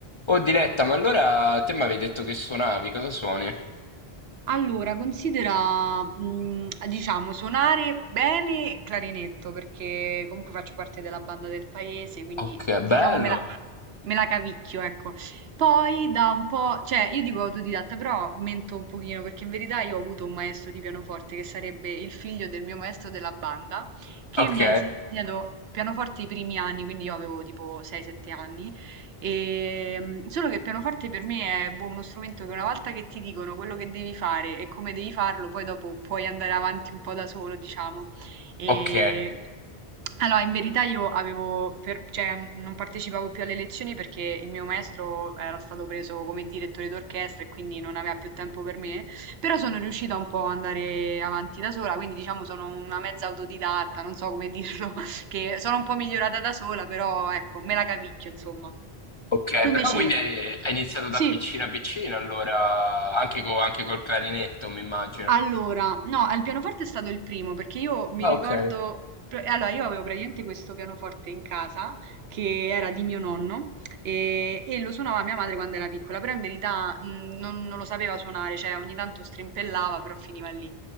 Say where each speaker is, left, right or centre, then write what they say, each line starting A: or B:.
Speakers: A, on the left; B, on the right.
A: Oh Diletta, ma allora te mi avevi detto che suonavi, cosa suoni?
B: Allora, considera, mm, diciamo, suonare bene il clarinetto, perché comunque faccio parte della banda del paese, quindi
A: Ok,
B: diciamo
A: bello.
B: me la, Me la cavicchio, ecco. Poi da un po', cioè io dico autodidatta, però mento un pochino perché in verità io ho avuto un maestro di pianoforte che sarebbe il figlio del mio maestro della banda, che
A: Ok,
B: mi ha insegnato pianoforte i primi anni, quindi io avevo tipo 6-7 anni, e, mm, solo che il pianoforte per me è boh, uno strumento che una volta che ti dicono quello che devi fare e come devi farlo, poi dopo puoi andare avanti un po' da solo, diciamo. E
A: ok,
B: allora, in verità io avevo, fer- cioè, n- non partecipavo più alle lezioni perché il mio maestro era stato preso come direttore d'orchestra e quindi non aveva più tempo per me, però sono riuscita un po' ad andare avanti da sola, quindi diciamo sono una mezza autodidatta, non so come dirlo, <laughs> che sono un po' migliorata da sola, però ecco, me la cavicchio, insomma.
A: ok,
B: Tu invece,
A: però quindi hai hai iniziato da
B: sì.
A: piccina piccina, allora anche, co- anche col clarinetto, mi immagino.
B: Allora, no, al pianoforte è stato il primo perché io mi
A: Ah,
B: ricordo,
A: ok.
B: pr- allora io avevo praticamente questo pianoforte in casa che era di mio nonno e, e lo suonava mia madre quando era piccola, però in verità mh, non, non lo sapeva suonare, cioè ogni tanto strimpellava, però finiva lì.